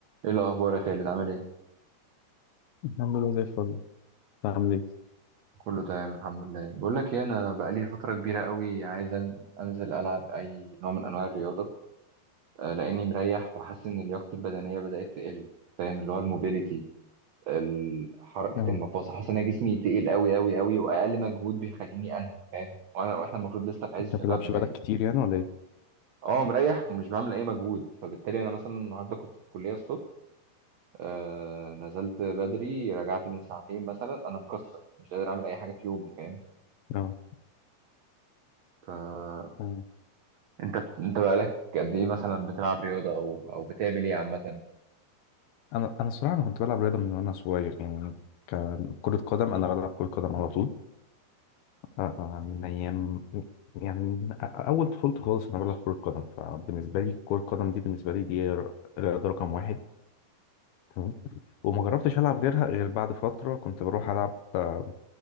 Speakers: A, on the right; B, on the left.
A: ايه الاخبار يا خالد عامل ايه
B: الحمد لله زي الفل انت عامل ايه؟
A: كله تمام الحمد لله بقول لك ايه انا بقالي فتره كبيره قوي عايز أن- انزل العب اي نوع من انواع الرياضه آه، لاني مريح وحاسس ان لياقتي البدنيه بدات تقل فاهم اللي هو الموبيليتي ال- حركه
B: اه
A: المفاصل حاسس ان أنا جسمي تقل قوي قوي قوي واقل مجهود بيخليني انهك فاهم وانا واحنا المفروض لسه في عز
B: انت
A: شبابنا
B: ما بتلعبش بقالك
A: يعني
B: كتير يعني ولا ايه؟
A: اه مريح ومش بعمل اي مجهود فبالتالي انا مثلا النهارده كنت في الكليه الصبح آه نزلت بدري رجعت من ساعتين مثلا انا مكسر مش قادر اعمل اي حاجه في يومي فاهم
B: اه
A: ف
B: اه
A: انت انت بقالك قد ايه مثلا بتلعب رياضة او او بتعمل ايه عامة
B: انا انا الصراحه انا كنت بلعب رياضه من وانا صغير يعني كان كره قدم انا بلعب كره قدم على طول آه، من ايام يعني من أ- اول طفولتي خالص انا بلعب كره قدم فبالنسبه لي كره القدم دي بالنسبه لي دي ر- رياضه رقم واحد تمام وما جربتش العب غيرها غير بعد فتره كنت بروح العب آه،